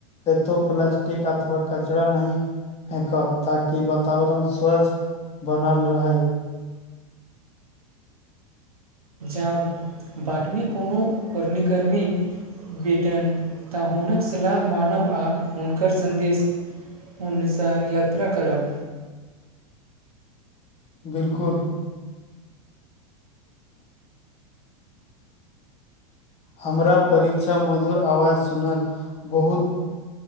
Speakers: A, on the left; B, on the right.
A: केतो प्लास्टिक अथव कचड़ा नहि फेकब ताकि वातावरण स्वच्छ बनल रहय
B: जाँ बादमेी कोनो वर्णिकर्मी भेटनि तऽ हुनक सलाह मानब आ हुनकर सन्देश हुनुसार यात्रा करब
A: बिलकुल हमरा परीक्षा मधुर आवाज सुनल बहुत